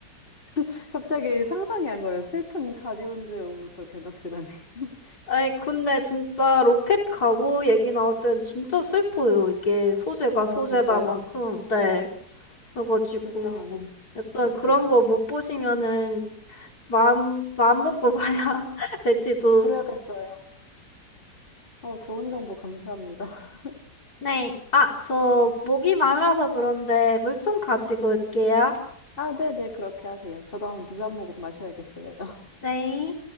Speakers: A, on the left; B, on the left.
A: <laughs> 갑자기 상상이 안 가요. 슬픈 가디언즈 오브 더 갤럭시라니. <laughs>
B: 에이, 근데 진짜 로켓 가거 얘기 나올 땐 진짜 슬퍼요. 이게 소재가
A: 아,
B: 소재다만큼.
A: 진짜요?
B: 네. 그래가지고
A: 불쌍한
B: 약간
A: 로켓.
B: 그런 거 못 보시면은 마음, 마음 먹고 봐야 <laughs> 될지도.
A: 그래야겠어요. 어, 좋은 정보 감사합니다. <laughs>
B: 네. 아, 저 목이 말라서 그런데 물 좀 가지고 올게요.
A: 아, 네네, 그렇게 하세요. 저도 한번 물 한 모금 마셔야겠어요.
B: 네.